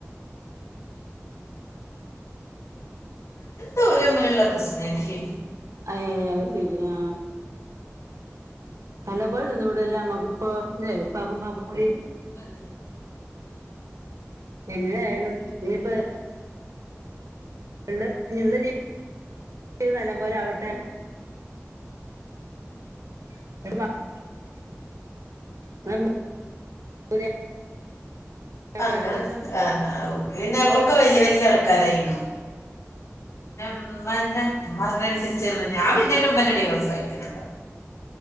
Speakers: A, on the left; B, on the right.
A: അതെന്തോ ഒരമ്മില്ള്ള പ്രസ്നേനീ
B: അ <unintelligible> അഹ്സെരി ഹാ നല്ല പോലെ നിന്നൂടലേ അമ്മക്ക്പ്പം ല്ലേ? ഇപ്പാക്കുംമ്മാക്കും കൂടി
A: അതെതെ
B: എങ്ങനായാലും ഇഞ്ഞ്പ്പെ <unintelligible> ഇഞ്ഞ്ള്ള ജീവിതം നല്ലപോലാവട്ടെ <inaudible> മാപ്പ്ളാർക്കൊന്നും
A: അങ്ങനെ ആ <unintelligible> പിന്നെ ഒക്കെ വല്യ വല്യ ആൾക്കാരായിണോ? പിന്നമ്മെന്റെ ഇമ്മ <unintelligible> ഞാൻ വെര്നേന്റ് മുമ്പന്നെ ഡിവോസായീണ്ട്ടോ